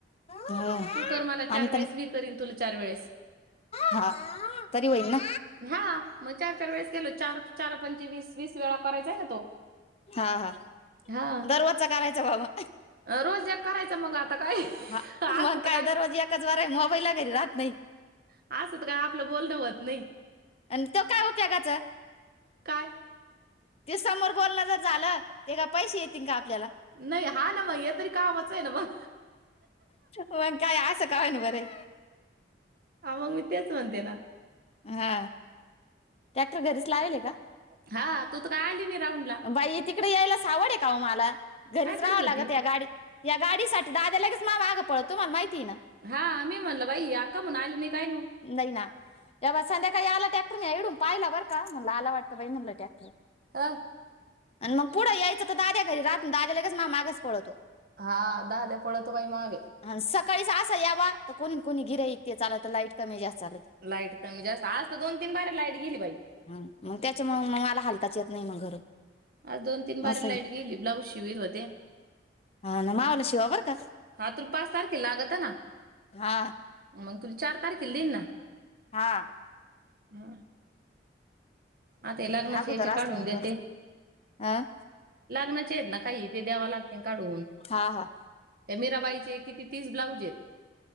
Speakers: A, on the left; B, on the right.
A: हो
B: तू कर मला चार
A: आणि
B: वेळेस
A: तर
B: मी करीन तुला चार वेळेस
A: हा तरी होईल ना
B: हा मग चार, चार वेळेस केलं चार चार पंचे वीस, वीस वेळा करायचाय ना तो
A: हा हा
B: हा
A: दररोज करायचा बबा
B: रोज एक करायचं मग आता काय
A: हा
B: असंत
A: मग
B: काय?
A: दररोज एकच वर आहे मोबाईलला घरी राहत नाही
B: असं तर काय आपलं बोलणं होत नाही.
A: आणि तो काय उपयोगाचा
B: काय
A: समोर बोलणं जर झालं तर का पैसे येतील का आपल्याला
B: नाही हां ना मगं हे तरी कामाच आहे ना मगं
A: मग काय असं का व्हय ण बरं
B: हा मग मी तेच म्हणते ना.
A: हा टॅक्टर घरीच लावेल आहे का?
B: हा तू तर काय आली नाही राऊंड ला
A: बाई तिकडे यायला सावड आहे का मला घरीच
B: काय
A: राहावं
B: करीत होती
A: लागत या गाडी या गाडीसाठी दाद्या लगेच माझ्या मागं पळत तुम्हाला माहिती आहे ना.
B: हा मी म्हणलं बाई ही आज कमहून आली नाही कायनू
A: नाही ना तेव्हा संध्याकाळी आला टॅक्टर मी ईकडून पाहिला बरं का म्हणला आला वाटतं बाई म्हणलं टॅक्टर
B: हा
A: आणि मग पुढे यायचं तर दाद्या घरी राह दाद्या लगेच माझ्या मागच पळतो.
B: हा दाद्या पळतो बाई मागे
A: ह सकाळीच असा यावा तर कोणी कोणी गिर्‍हाईक चाला तर लाईट कमी जास्त चालते.
B: लाईट कमी जास्त आज तर दोन, तीन बारे लाईट गेली बाई
A: हा मग त्याच्या मुळ मग मला हलताच येत नाही घरून
B: आज दोन, तीन बारया
A: असं
B: लाईट
A: आहे ते.
B: गेली ब्लाऊज शिवत होते.
A: हा ना मावाला शिवा बरं का
B: हा तर तुला पाच तारखेला लागतं ना.
A: हा
B: मंग तुला चार तारखेला देईल ना.
A: हा
B: हा आता हे लग्नाचे
A: अगोदर
B: याचे
A: असलं
B: काढून
A: मग
B: देते.
A: बरं हं?
B: लग्नाचे आहेत ना, काही ते द्यावे लागते काढून
A: हा हा
B: त्या मीराबाईचे किती तीस ब्लाऊज आहेत.